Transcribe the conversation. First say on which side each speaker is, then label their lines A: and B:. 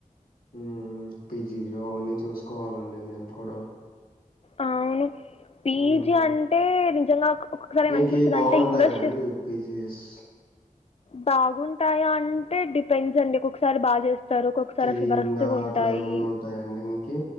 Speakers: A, on the left; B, on the left.
A: ఉమ్మ్ పీజీలు అవన్నీ చూసుకోవాలండి మేము కూడా
B: ఆవును పీజి
A: మ్మ్
B: అంటే నిజంగా ఒకొక్కసారి
A: మీకి
B: ఏమనిపిస్తది
A: బాగుంటాయా
B: అంటే ఇన్వెస్
A: అండి పీజీఎస్
B: బాగుంటాయా అంటే డిపెండ్స్ అండి ఒక్కొకసారి బాగా చే స్తారు ఒక్కొక్కసారి
A: క్లీన్
B: అసలు వరస్ట్ గా ఉంటాయి
A: అట్లా ఏమన్నా ఉంటాయా అండి మీకి